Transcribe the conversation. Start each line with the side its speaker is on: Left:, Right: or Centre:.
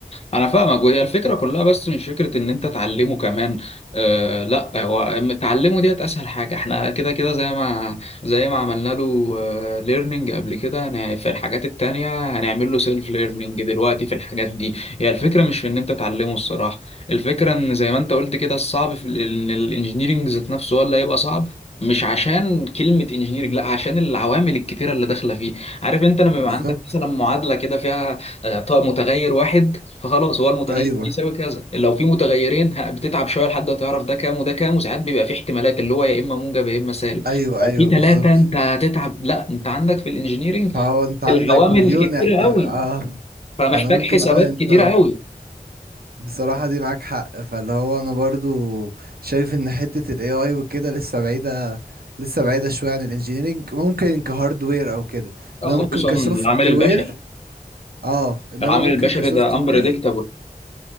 Left: انا فاهمك وهي الفكره كلها بس مش فكره ان انت تعلمه كمان آه لا هو أم- تعلمه ديت اسهل حاجه احنا كده كده زي ما زي ما عملنا له ليرنينج قبل كده هن- في الحاجات التانية هنعمل له سيلف ليرنينج دلوقتي في الحاجات دي هي الفكره مش في ان انت تعلمه الصراحه الفكره ان زي ما انت قلت كده الصعب في ال- ان الانجينيرنج ذات نفسه هو اللي هيبقى صعب مش عشان كلمة انجينيرنج لا عشان العوامل الكتيرة اللي داخلة فيه عارف انت لما
Right: بالظبط
Left: يبقى عندك مثلا معادلة كده فيها آه، طيب متغير واحد فخلاص هو المتغير
Right: ايوه
Left: بيساوي كذا لو في متغيرين ه- بتتعب شويه لحد ما تعرف ده كام وده كام وساعات بيبقى في احتمالات اللي هو يا اما موجب يا اما سالب
Right: ايوه
Left: لو
Right: ايوه
Left: في ثلاثه
Right: بالظبط
Left: انت هتتعب لا انت عندك في الانجينيرينج
Right: فهو انت عندك
Left: العوامل
Right: مليون
Left: كتيره
Right: احت...
Left: قوي
Right: اه
Left: فمحتاج
Right: انا ممكن
Left: حسابات
Right: اه انت
Left: كتيره قوي
Right: بصراحة دي معاك حق فاللي هو انا برضو شايف ان حتة ال AI وكده لسه بعيدة لسه بعيدة شوية عن الانجينيرينج ممكن كهاردوير او كده انما
Left: خصوصا
Right: ممكن كسوفت
Left: العامل البشري
Right: وير اه انما
Left: العامل
Right: ممكن
Left: البشري
Right: كسوفت
Left: ده امبريدكتابل
Right: وير